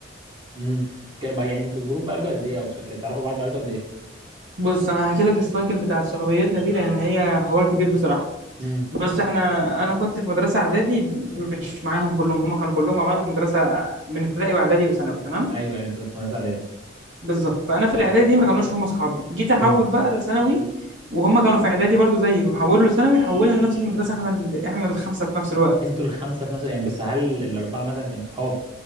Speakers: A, on the right (about 25°); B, on the right (about 85°).
A: امم ك- بقى- يعني انتوا جروب بقالكوا قد ايه او س- كده تعرفوا بعض بقالكوا قد ايه
B: بص انا هحكي لك السايكل بتاع صحوبيتنا دي لان هي حوار كبير بصراحه
A: امم
B: بص احنا انا كنت في مدرسه اعدادي مش معاهم كلهم هم كانوا كلهم مع بعض في مدرسه من ابتدائي واعدادي وثانوي تمام
A: ايوه ايوه انتوا كنتوا في مدرسه اعدادي
B: بالظبط فانا في
A: اه
B: الاعدادي ما كانوش هم اصحابي جيت احول
A: امم
B: بقى لثانوي وهم كانوا في اعدادي برضو زيي وحولوا لثانوي حولنا لنفس المدرسه احنا ال... احنا الخمسه في نفس الوقت
A: انتوا الخمسه في نفس يعني بس هل الاربعه مثلا كانوا صحاب